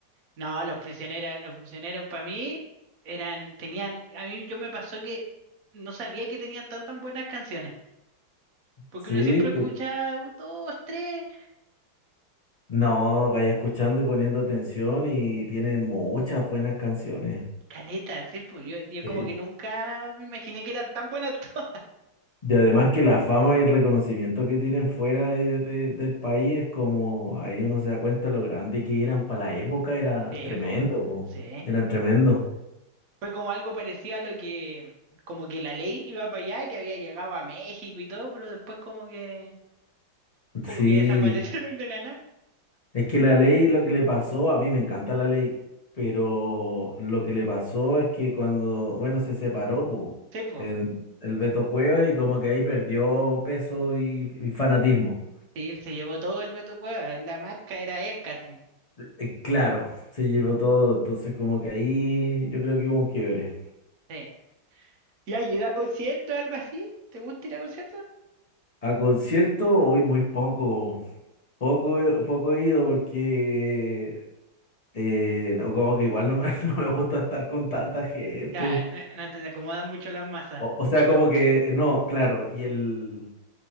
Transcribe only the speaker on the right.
No, los prisioneros, los prisioneros para mí eran, tenían, a mí yo me pasó que no sabía que tenían tan tan buenas canciones, porque
uno siempre escucha
dos, tres,
caletas, sí, pues yo, yo
como que nunca me imaginé que eran tan buenas <laughs> todas.
Sí,
pues,
sí.
Fue como algo parecido a lo que, como que la ley iba para allá, que había llegado a México y todo, pero después como que... como
que desaparecieron de la nada.
Sí, po,
Sí, se llevó todo el Beto Cueva. La marca era él casi.
Sí. ¿Y has ido a conciertos o algo así? ¿Te gusta ir a conciertos?
Claro, no, no te acomodan mucho las masas.